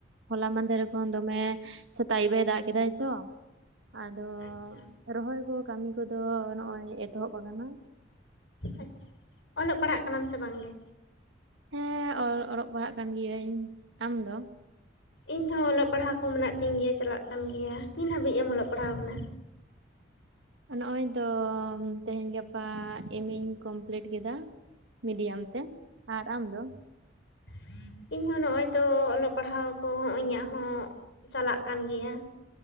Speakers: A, on the right; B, on the left.
A: ᱦᱚᱞᱟ ᱢᱟᱦᱫᱷᱮᱨ ᱠᱷᱚᱱ ᱫᱚᱢᱮ ᱥᱮᱛᱟᱜ ᱟᱭᱩᱵᱽ ᱮ ᱫᱟᱜ ᱠᱮᱫᱟᱭ ᱛᱚ᱾ ᱟᱫᱚ
B: ᱟᱪᱪᱷᱟ
A: ᱨᱚᱦᱚᱭ ᱠᱚ ᱠᱟᱹᱢᱤ ᱠᱚᱫᱚ ᱱᱚᱜᱼᱚᱭ ᱮᱛᱚᱦᱚᱵ ᱟᱠᱟᱱᱟ᱾
B: ᱟᱪᱪᱷᱟ ᱚᱞᱚᱜ ᱯᱟᱲᱦᱟᱜ ᱠᱟᱱᱟᱢ ᱥᱮ ᱵᱟᱝᱜᱮ
A: ᱦᱮᱸ ᱚᱞᱚᱜ ᱯᱟᱲᱦᱟᱜ ᱠᱟᱱ ᱜᱤᱭᱟᱹᱧ, ᱟᱢ ᱫᱚ?
B: ᱤᱧ ᱦᱚᱸ ᱚᱞᱚᱜ ᱯᱟᱲᱦᱟᱣ ᱠᱚ ᱢᱮᱱᱟᱜ ᱛᱤᱧ ᱜᱮᱭᱟ, ᱪᱟᱞᱟᱜ ᱠᱟᱱ ᱜᱮᱭᱟ᱾ ᱛᱤᱱ ᱦᱟᱹᱵᱤᱡ ᱮᱢ ᱚᱞᱚᱜ ᱯᱟᱲᱦᱟᱣ ᱟᱠᱟᱱᱟ?
A: ᱱᱚᱜ-ᱚᱭ ᱛᱚ ᱛᱮᱦᱮᱧ ᱜᱟᱯᱟ ᱮᱢᱮᱧ ᱠᱚᱢᱯᱤᱞᱴ ᱠᱮᱫᱟ᱾ ᱢᱤᱰᱤᱭᱟᱢ ᱛᱮ ᱟᱨ ᱟᱢ ᱫᱚ?
B: ᱦᱮᱸ ᱤᱧᱦᱚᱸ ᱱᱚᱜᱼᱚᱭ ᱛᱚ ᱚᱞᱚᱜ ᱯᱟᱲᱦᱟᱣ ᱠᱚᱦᱚᱸ ᱤᱧᱟᱹᱜ ᱦᱚᱸ ᱪᱟᱞᱟᱜ ᱠᱟᱱ ᱜᱮᱭᱟ᱾